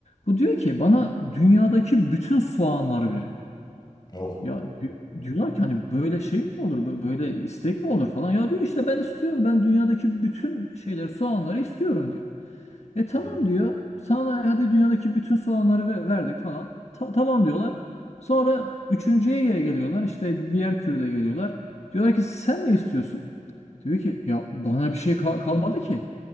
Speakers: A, on the left (about 55°); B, on the left (about 30°).
A: Bu diyor ki bana dünyadaki bütün soğanları verin.
B: Oh.
A: Ya di- diyorlar ki hani böyle şey mi olur, bö- böyle istek mi olur falan. Ya diyor işte ben istiyorum, ben dünyadaki bütün şeyleri, soğanları istiyorum diyor. E tamam
B: Hı hı.
A: diyor, sana hadi dünyadaki bütün soğanları ve- verdik falan. Ta- tamam diyorlar. Sonra üçüncüye gel- geliyorlar, işte diğer kürde geliyorlar. Diyorlar ki sen ne istiyorsun? Diyor ki ya bana bir şey ka- kalmadı ki.